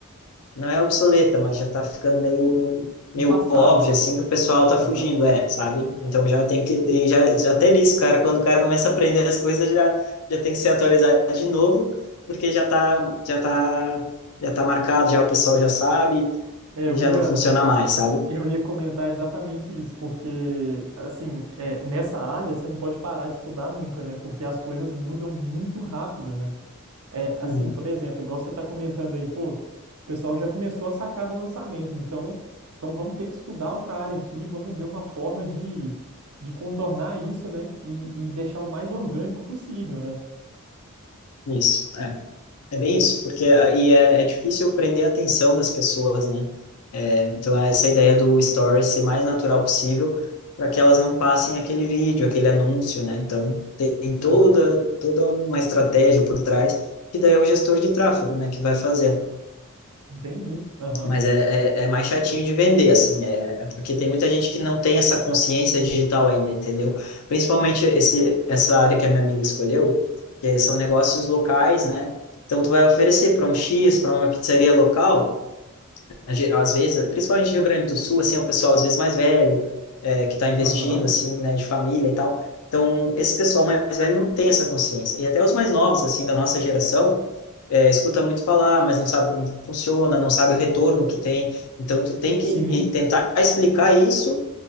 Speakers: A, on the left; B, on the right.
A: não é obsoleta, mas já tá ficando meio, meio
B: no passado,
A: óbvio,
B: né?
A: assim, que o pessoal tá
B: Aham.
A: fugindo, é, sabe? Então já tem que, e já, já até nisso, cara, quando o cara começa a aprender as coisas, já, já tem que se atualizar de novo, porque já tá, já tá, já tá marcado, já o pessoal já sabe,
B: É,
A: e
B: eu
A: já
B: ia
A: não funciona mais, sabe?
B: Eu ia comentar exatamente isso, porque, assim, é, nessa área você não pode parar de estudar nunca, né? Porque as coisas mudam muito rápido, né? É, assim,
A: Uhum,
B: por exemplo, igual você está comentando aí, pô, o pessoal já começou a sacar do lançamento, então, então vamos ter que estudar outra área aqui, vamos ver uma forma de, de contornar isso, né? E, e deixar o mais orgânico possível, né?
A: isso. é. É bem isso, porque aí é, é difícil prender a atenção das pessoas, né? É, então, é essa ideia do story ser mais natural possível para que elas não passem aquele vídeo, aquele anúncio, né? Então, tem tem toda,
B: Aham,
A: toda uma estratégia por trás, que daí é o gestor de tráfego, né, que vai fazer.
B: entendi. Aham,
A: Mas é, é, é mais chatinho de vender, assim, é, é porque tem muita gente que não tem essa consciência digital ainda, entendeu? Principalmente esse, essa área que a minha amiga escolheu, que são negócios locais, né? Então, tu vai oferecer para um X, para uma pizzaria local, a ge- às vezes, principalmente Rio Grande do Sul, assim, é um pessoal às vezes mais velho, é, que está investindo,
B: aham,
A: assim, né, de família e tal. Então, esse pessoal mais velho não tem essa consciência. E até os mais novos, assim, da nossa geração, é, escuta muito falar, mas não sabe como funciona, não sabe o retorno que tem. Então, tu tem que
B: sim,
A: eh, tentar explicar isso